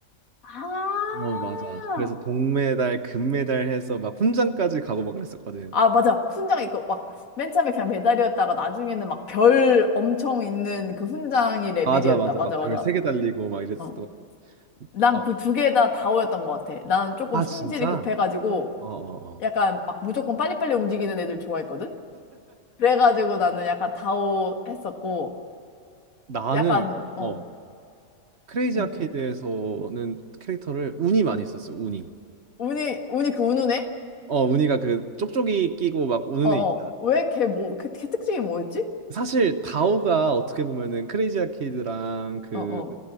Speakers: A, on the left; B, on the right.
A: 아,
B: 어, 맞아. 그래서 동메달, 금메달 해서 막 훈장까지 가고 막 그랬었거든.
A: 아, 맞아. 훈장 있고, 막, 맨 처음에 그냥 메달이었다가 나중에는 막 별 엄청 있는 그 훈장이 레벨이었다.
B: 맞아, 맞아.
A: 맞아,
B: 막
A: 맞아.
B: 별 세 개 달리고 막 이랬었던
A: 어
B: 거.
A: 난
B: 아 어,
A: 그 두 개 다 다오였던 것 같아. 나는 조금
B: 아,
A: 성질이
B: 진짜?
A: 급해가지고
B: 어, 어, 어.
A: 약간 막 무조건 빨리빨리 움직이는 애들 좋아했거든? 그래가지고 나는 약간 다오 했었고
B: 나는,
A: 약간 어
B: 어, 크레이지
A: 우-
B: 아케이드에서는 캐릭터를 운이 많이 썼어, 운이.
A: 운이 운이 그 우는 애?
B: 어, 운이가 그 쪽쪽이 끼고 막 우는
A: 어어
B: 애 있-
A: 왜 걔 뭐 걔 걔 특징이 뭐였지?
B: 사실 다오가 어떻게 보면은 크레이지 아케이드랑 그
A: 어어